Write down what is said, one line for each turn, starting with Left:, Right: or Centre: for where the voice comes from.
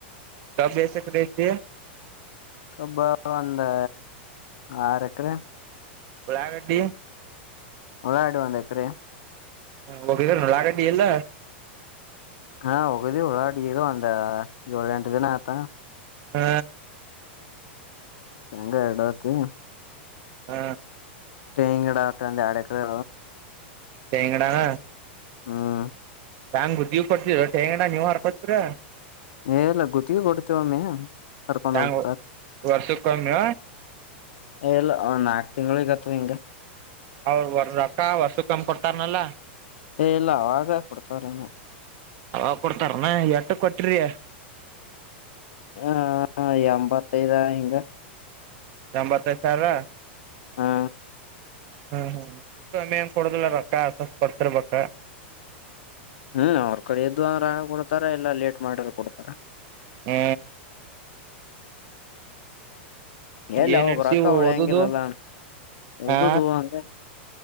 Right: ಕಬ್ಬು ಎಸ್ ಎಕರೆ ಐತಿ
Left: ಕಬ್ಬಾ ಒಂದು ಆರು ಎಕರೆ
Right: ಊಳಾಗಡ್ಡಿ
Left: ಉಳಾಗಡ್ಡಿ ಒಂದ್ ಎಕರೆ
Right: ಹ ಹೋಗ ಉಳಾಗಡ್ಡಿ ಎಲ್ಲಾ
Left: ಹಾ ಹೋಗುದಿ ಉಳಾಗಡ್ಡಿ ಒಂದಾ ಏಳ ಎಂಟು ದಿನ ಆತ
Right: ಹ
Left: ಹೆಂಗ ಎರಡುತಿ
Right: ಹ್ಮ
Left: ತೆಂಗಿನಗಿಡ ಮಾಡ್ಕೊಂಡ್ ಆರೆ ಎಕರೆ
Right: ತೆಂಗಿಡನ
Left: ಹ್ಮ್
Right: ತಾಂಗ್ ಬುದ್ದಿವ್ ಕೊಡ್ತೀರ ರ ಹ ತೆಂಗಿಡ ನೀವರೂ ಕೊಟ್ಯಾ
Left: ನೀವೆಲ್ಲ ಗುತ್ತಿಗೆ ಕೊಡ್ತೀವನಿ ಕರ್ಕೊಂಡ
Right: ಹೆಂಗ
Left: ಹೋಗ್ತಾರೆ.
Right: ವರ್ಷಕ್ಕೊಮ್ಮೆ
Left: ಎಲ್ಲ ಹ ನಾಕು ತಿಂಗಳುಗತ್ತು ಹಂಗೆ
Right: ಅವ್ರ ವರ್ ವರ್ಷ ಕಮ್ಮ್ ಕೊಡ್ತಾರನಲ್ಲ
Left: ಏ ಇಲ್ಲ ಅವಾಗ ಕೊಡ್ತಾರೇನ
Right: ಅ ಕೊಡ್ತಾರನ ಎಟ್ಟು ಕೊಟ್ಟ್ರೀ
Left: ಹ ಹ ಎಂಬತ್ತೈದ ಹಿಂಗ
Right: ಎಂಬತ್ತೈದು ಸಾವಿರ
Left: ಹ
Right: ಹ್ಮ್ ಹ್ಮ ಊಟ್ಟಮ್ಮೆಂಗ ಕೊಡುದಿಲ್ಲ ರೊಕ್ಕ ಕೊಡ್ತೀರಬೇಕ ಬಕ್ಕ
Left: ಹ್ಮ್ ಅವ್ರ ಕಡೆ ಎದ್ದು ಅಂದ್ರ ಆ ಕೊಡ್ತಾರ ಎಲ್ಲಾ ಲೇಟ್ ಮಾಡಿದ್ರೂ ಕೊಡ್ತಾರ
Right: ಹೆ
Left: ಎಲ್ಲಿ
Right: ಏನ್
Left: ಅವಾಗ
Right: ನಡ್ಸಿ
Left: ರೊಕ್ಕಾ ಹೂಳಿ
Right: ಓದುದು
Left: ಹಂಗಿಲ್ಲಲ್ಲ
Right: ಹಾ
Left: ಉದದು ಹೂ